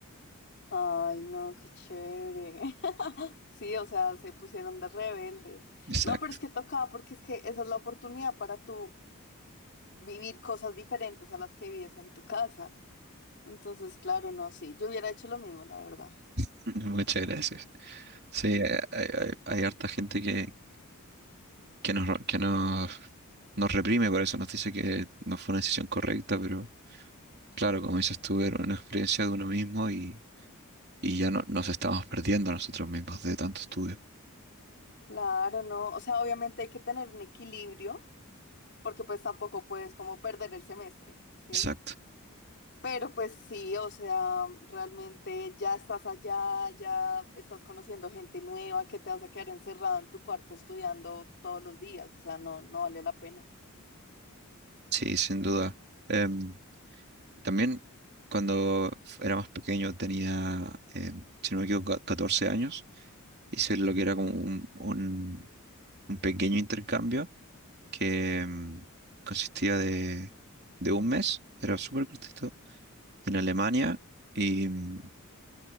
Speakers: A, on the left (about 50°); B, on the right (about 50°).
A: Ay, no, qué chévere. <laughs> Sí, o sea, se pusieron de rebeldes.
B: Exacto.
A: No, pero es que tocaba porque es que esa es la oportunidad para tú. vivir cosas diferentes a las que vives en tu casa. Entonces, claro, no, sí, yo hubiera hecho lo mismo, la verdad.
B: <laughs> Muchas gracias. Sí, hay, hay- hay- hay harta gente que, que nos, que nos, nos reprime por eso, nos dice que no fue una decisión correcta, pero Claro, como dices tú, era una experiencia de uno mismo y, y ya no, nos estábamos perdiendo nosotros mismos de tanto estudio.
A: Claro, no, o sea, obviamente hay que tener un equilibrio, porque pues tampoco puedes como perder el semestre, ¿sí?
B: Exacto.
A: Pero pues sí, o sea, realmente ya estás allá, ya estás conociendo gente nueva, que te vas a quedar encerrado en tu cuarto estudiando todos los días, o sea, no, no vale la pena.
B: Sí, sin duda. Em, también cuando f- era más pequeño tenía, em, si no me equivoco, ca- 14 años. Hice lo que era como un, un- un pequeño intercambio que em, consistía de, de un mes, era súper cortito, en Alemania y, mm,